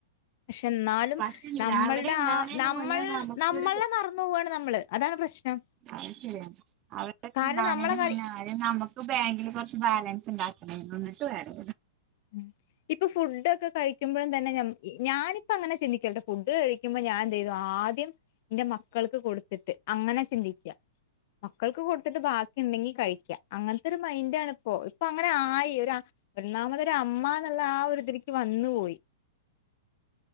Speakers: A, on the left; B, on the right.
A: പക്ഷേ എന്നാലും
B: പക്ഷെ
A: നമ്മൾടെ
B: അവരെ ഉണ്ടാവണേന്
A: ആ നമ്മൾ
B: മുന്നേ നമുക്കൊരു
A: നമ്മളെ മറന്നു പോവാണ് നമ്മള് അതാണ് പ്രശ്നം.
B: അത് ശെരിയ അവരൊക്കെ
A: കാരണം
B: ഇണ്ടാവണെന്
A: നമ്മളെ
B: മുന്നേ
A: കാര്യ
B: <unintelligible> നമുക്കും ബാങ്കിൽ കൊറച്ച് ബാലൻസ് ഇണ്ടാക്കണ ന്നിട്ട് വേറെ
A: മ് ഇപ്പോ ഫുഡ് ഒക്കെ കഴിക്കുമ്പഴും തന്നെ ഞം ഞാനിപ്പ അങ്ങനെ ചിന്തിക്കലിണ്ട് ഫുഡ് കഴിക്കുമ്പം ഞാൻ ചെയ്തു ആദ്യം എന്റെ മക്കൾക്ക് കൊടുത്തിട്ട് അങ്ങനെ ചിന്തിക്ക മ മക്കൾക്ക് കൊടുത്തിട്ട് ബാക്കി ഉണ്ടെങ്കി കഴിക്ക. അങ്ങനത്തെ ഒരു മൈൻഡാണ് ഇപ്പോ, ഇപ്പോ അങ്ങനെ ആയി ഒര് ആ ഒന്നാമത് ര് അമ്മ എന്ന്ള്ള ആ ഒരു ഇതിരിക്ക് വന്ന് പോയി.